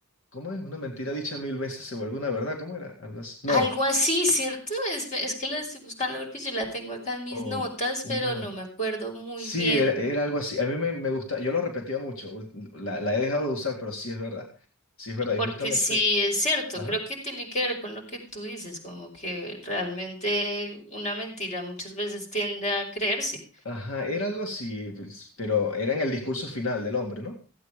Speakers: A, on the left; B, on the left.
A: ¿Cómo es? Una mentira dicha mil veces se vuelve una verdad. ¿Cómo era? Algo así. No.
B: Algo así, ¿cierto? Es, es que la estoy buscando porque yo la tengo acá en mis
A: O
B: notas,
A: una...
B: pero no me acuerdo muy
A: Sí,
B: bien,
A: era, era algo así. A mí me, me gusta, yo lo repetía mucho. ul- La, la he dejado de usar, pero sí es verdad. Sí es verdad. Y
B: porque
A: justamente...
B: sí es cierto,
A: Ajá.
B: creo que tiene que ver con lo que tú dices, como que realmente una mentira muchas veces tiende a creerse.
A: Ajá, era algo así, pues, pero era en el discurso final del hombre, ¿no?